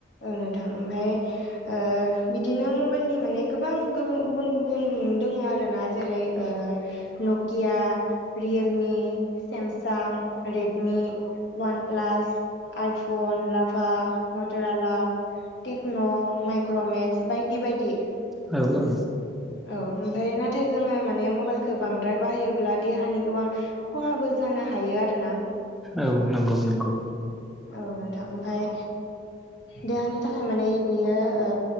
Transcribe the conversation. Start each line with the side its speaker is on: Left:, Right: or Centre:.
Left: औ नोंथां ओमफफ्राय बिदिनो मबाइलनि माने गोबां। गुबुन गुबुन दोङो आरो ना जेरै ओ Nokia, Realme, Samsung, Redmi. OnePlus, iPhone, lava, Motorola Tecno, Micromax बायदि बायदि।
Centre: औ आ
Left: औ ओमफ्राय नाथाय जोङो माने मबाइलखौ बांद्राय बाहायोब्ला देहानि गोबां खहाबो जानो हायो आरोना।
Centre: औ नंगौ। नंगौ
Left: औ नोंथां ओमफाय देहानि थाखाय माने बियो ओ